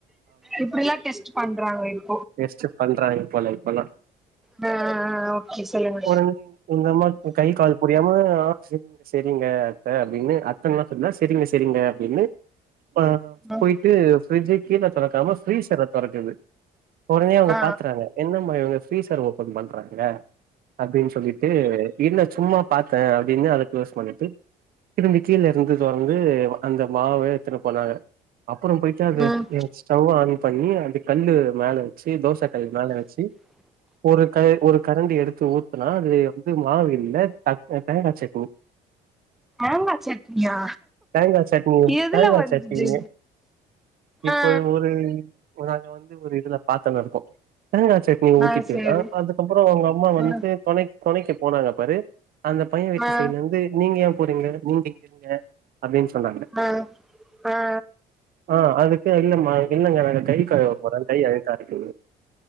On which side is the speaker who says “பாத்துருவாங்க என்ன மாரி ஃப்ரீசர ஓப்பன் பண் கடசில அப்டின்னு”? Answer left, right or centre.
Right